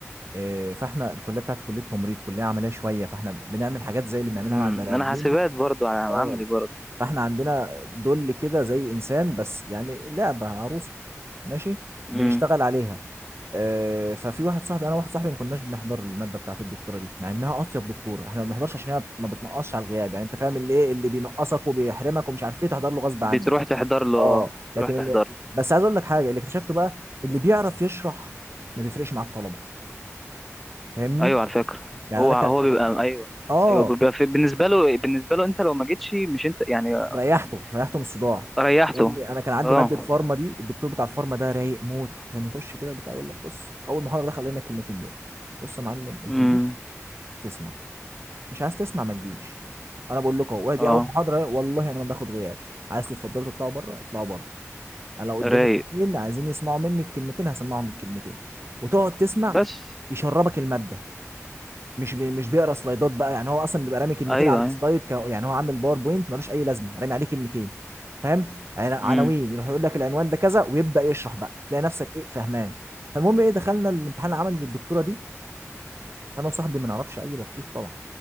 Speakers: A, on the right; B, in the centre.
A: إيه فاحنا الكليه بتاعتي كليه تمريض كليه عمليه شويه فاحنا بنعمل حاجات زي اللي بنعملها
B: مم.
A: مع البني ادمين
B: أنا حاسبات برضو على
A: اه
B: عملي برضو
A: فاحنا عندنا دول كده زي انسان بس يعني لعبه عروسه ماشي
B: مم.
A: بنشتغل عليها آه، ففي واحد صاحبي انا واحد صاحبي ما كناش بنحضر الماده بتاعت الدكتوره دي مع انها اطيب دكتوره احنا ما بنحضرش عشان هي بت- ما بتنقصش على الغياب يعني انت فاهم اللي ايه اللي بينقصك وبيحرمك ومش عارف ايه تحضر له غصب عنك
B: بتروح تحضر له
A: اه
B: آه،
A: لكن
B: بتروح تحضر
A: اللي
B: له
A: بس عايز اقول لك حاجه اللي اكتشفته بقى اللي بيعرف يشرح ما بيفرقش مع الطلبه فاهمني
B: ايوه على فكره
A: يعني
B: هو
A: انا كان
B: هو بيبقى ايوه
A: اه
B: ايوه بيبقى في بالنسبه له بالنسبه له انت لو ما جيتش مش انت يعني
A: ريحته
B: يعني
A: ريحته من الصداع
B: ريحته
A: يا ابني انا كان عندي
B: اه
A: ماده فارما دي الدكتور بتاع الفارما ده رايق موت كان يخش كده بتاع يقول لك بص اول محاضره دخل لنا الكلمتين دول بص يا معلم انت
B: امم
A: جيت تسمع مش عايز تسمع ما تجيش انا بقول لكم اهو دي
B: اه
A: اول محاضره والله انا ما باخد غياب عايز تتفضلوا تطلعوا بره اطلعوا بره انا لو قدامي
B: رايق
A: اتنين عايزين يسمعوا مني الكلمتين هسمعهم الكلمتين وتقعد تسمع
B: بس
A: يشربك الماده مش بي مش بيقرا سلايدات بقى يعني هو اصلا بيبقى رامي كلمتين
B: ايوه
A: على السلايد
B: ايوه
A: ك... يعني هو عامل باوربوينت ملوش اي لازمه رامي عليه كلمتين فاهم عنا- عناوين
B: امم
A: يروح يقول لك العنوان ده كذا ويبدا يشرح بقى تلاقي نفسك ايه فهمان فالمهم ايه دخلنا الامتحان العملي للدكتوره دي فانا وصاحبي ما نعرفش اي بطيخ طبعا